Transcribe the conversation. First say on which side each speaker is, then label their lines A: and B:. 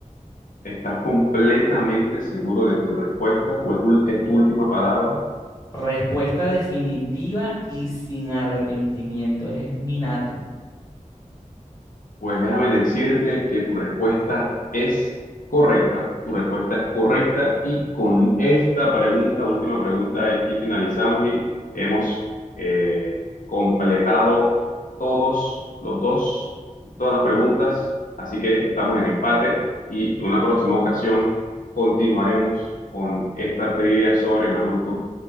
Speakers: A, on the left (about 85°); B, on the left (about 25°).
A: ¿Estás completamente seguro de tu respuesta o es, ul- es tu última palabra?
B: Respuesta definitiva y sin arrepentimiento. Ese es mi nato.
A: Pues déjame decirte que tu respuesta es correcta, tu respuesta es correcta y con esta pregunta, última pregunta, aquí finalizamos y hemos eh, completado todos los dos, todas las preguntas, así que estamos en empate y en una próxima ocasión continuaremos con esta trivia sobre Naruto,